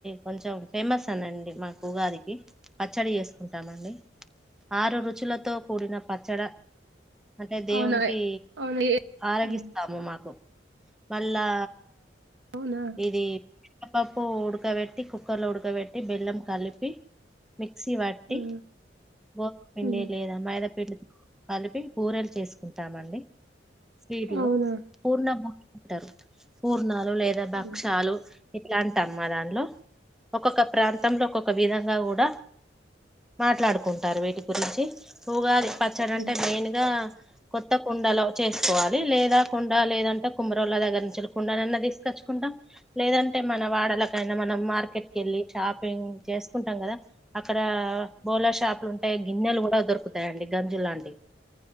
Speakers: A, in the centre; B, on the right.
A: కొంచెం ఫేమస్ అనండి మాకు ఉగాదికి పచ్చడి చేసుకుంటామండి ఆరు రుచులతో కూడిన పచ్చడ అంటే దేవునికి
B: అవునా అవును ఏ
A: ఆరగిస్తాము
B: ఉమ్.
A: మాకు మళ్ళా
B: అవునా
A: ఇది శనగపప్పు ఉడకబెట్టి కుక్కర్ లో ఉడకబెట్టి బెల్లం కలిపి మిక్సీ పట్టి
B: ఉమ్.
A: గోదుమ పిండి
B: ఉమ్.
A: లేదా మైదాపిండి కలిపి బూరెలు చేసుకుంటామండి స్వీట్
B: అవునా
A: పూర్ణం బూరెలు అంటారు పూర్ణాలు లేదా
B: ఉమ్.
A: భక్షాలు ఇట్లా అంటం మా దానిలో ఒక్కొక్క ప్రాంతంలో ఒక్కొక్క విధంగా కూడా కూడా మాట్లాడుకుంటారు వీటి గురించి ఉగాది పచ్చడి అంటే
B: ఉమ్.
A: మెయిన్ గా కొత్త కుండలో చేసుకోవాలి లేదా కుండ లేదంటే కుమ్మరళ దగ్గర నుంచి కుండన్న తీసుకొచ్చ తెచ్చుకుంటాం లేదంటే మన వాడలకైనా మనం మార్కెట్ కెళ్ళి షాపింగ్ చేసుకుంటాం కదా అక్కడ బోలా షాప్ గిన్నెలు కూడా దొరుకుతాయండి గంజు లాంటి